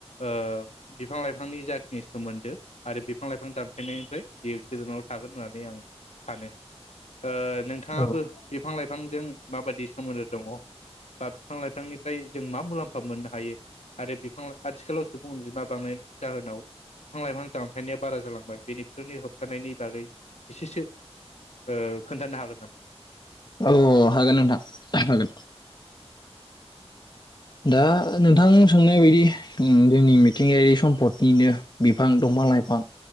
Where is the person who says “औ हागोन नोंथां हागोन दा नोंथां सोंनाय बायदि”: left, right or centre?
Left